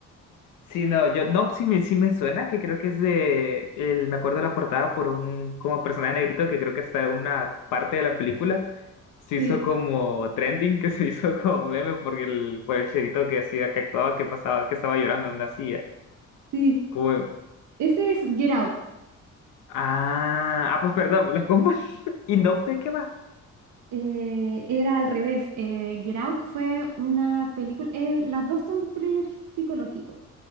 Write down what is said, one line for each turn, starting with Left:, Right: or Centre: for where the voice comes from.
Left: Sí, no, yo, no, sí me, sí me suena, que creo que es de, el, me acuerdo de la portada por un, como personaje negrito, que creo que está en una parte de la película, se
Right: Sí,
Left: hizo como trending, que se <laughs> hizo como meme, porque el, por el cherito que hacía, que actuaba, que pasaba, que estaba llorando, no hacía,
Right: sí.
Left: como,
Right: Ese es Get Out.
Left: ah, ah, pues perdón, lo confundí, <laughs> ¿y Nope de qué va?
Right: Eh, era al revés. Eh, Get Out fue una película. eh, las dos son thrillers psicológicos.